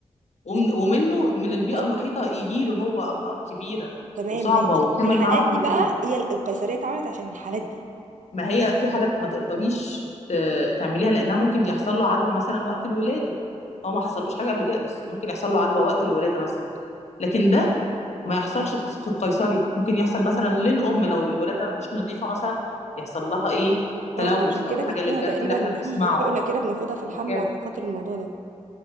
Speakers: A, on the left; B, on the right.
A: ومن...
B: انا فاهماكي
A: ومنه من البيئة
B: و-
A: المحيطة يجي له هو أمراض كبيرة
B: تمام
A: وصعبة
B: ماشي
A: وتكمل
B: في الحالات
A: معاه عمره
B: دي
A: كله
B: بقى هي القيصريه اتعملت عشان الحالات دي
A: ما هي في حالات ما تقدريش ت- تعمليها لانها ممكن يحصل له عدوى مثلا وقت الولاده هو ما حصلوش حاجه قبل كده بس ممكن يحصل له عدوى وقت الولاده مثلا لكن ده ما يحصلش في في القيصري ممكن يحصل مثلا للام لو الولاده مش نظيفه مثلا يحصل لها ايه تلوث
B: اه عشان كده
A: او حاجه
B: بيدوها
A: للجرح
B: تقريبا
A: اللي احنا بنسمعه
B: في حقنة كده بناخدها في الحمل
A: أوكي.
B: عشان خاطر الموضوع ده